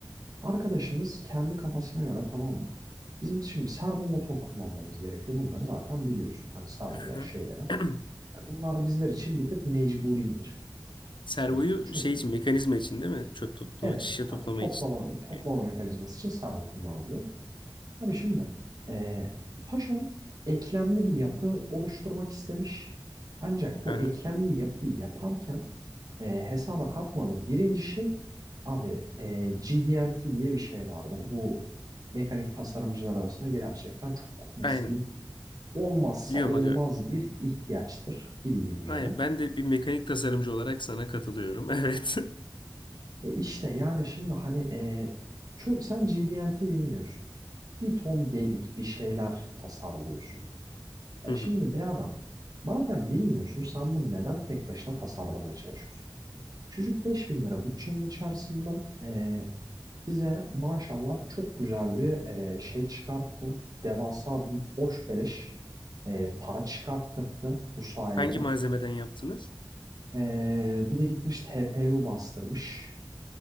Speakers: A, on the right (about 50°); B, on the left (about 80°).
A: arkadaşımız kendi kafasına göre tamam mı? Bizim şimdi servo motor kullanmamız gerekiyor. Bunları zaten biliyorsun. Hani servoları
B: <laughs>
A: şeylere.
B: <clears throat>
A: Yani bunlar bizler için bir tık mecburidir.
B: Servoyu
A: Hani çünkü
B: şey için mekanizma için değil mi? Çöp toplama,
A: evet
B: şişe
A: hani
B: toplama
A: toplama
B: için. Okey.
A: toplama mekanizması için servo kullanılıyor. Abi şimdi e, Paşam eklemli bir yapı oluşturmak istemiş. Ancak
B: Hı
A: bu
B: hı.
A: eklemli yapıyı yaparken e, hesaba katmadığı birinci şey abi e, GD&T diye bir şey vardır. Bu mekanik tasarımcılar arasında gerçekten çok nasıl
B: Aynen.
A: diyeyim olmazsa
B: Biliyorum
A: olmaz
B: aga.
A: bir ihtiyaçtır bildiğin üzere.
B: Aynen. Ben de bir mekanik tasarımcı olarak sana katılıyorum. <laughs> Evet.
A: E işte yani şimdi hani e, şöyle, sen G D N T bilmiyorsun. Bir ton delik bir şeyler tasarlıyorsun. E
B: Hı hı.
A: şimdi be adam madem bilmiyorsun sen bunu neden tek başına tasarlamaya çalışıyorsun? Çocuk 5000 lira bütçenin içerisinden e, bize maşallah çok güzel bir e, şey çıkarttı. Devasa bir boş beleş e, para çıkarttırdı bu sayede.
B: Hangi malzemeden yaptınız?
A: E, bir de gitmiş T P U bastırmış.